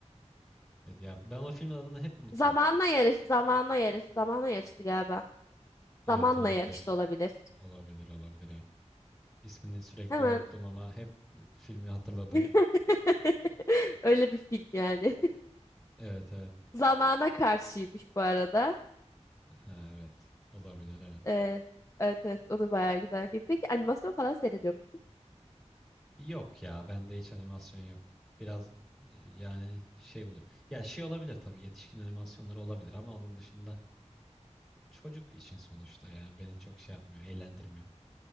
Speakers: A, in the centre; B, on the left.
A: Evet, ya ben o filmin adını hep unutuyorum.
B: Zamanla yarış, zamanla yarış, zamanla yarıştı galiba.
A: Evet
B: Zamanla
A: olabilir.
B: yarış da olabilir.
A: Olabilir olabilir evet. İsmini sürekli
B: Hemen.
A: unuttum ama hep e, filmi hatırladım.
B: <laughs> Öyle bir film yani.
A: Evet evet.
B: <laughs> Zamana karşıymış bu arada.
A: Ha, evet. Olabilir evet.
B: Ee, evet evet o da bayağı güzel bir film. Peki animasyon falan seyrediyor musun?
A: Yok ya bende hiç animasyon yok. Biraz e, yani şey buluyor. Ya şey olabilir tabii yetişkin animasyonları olabilir ama onun dışında Çocuk için sonuçta yani beni çok şey yapmıyor, eğlendirmiyor.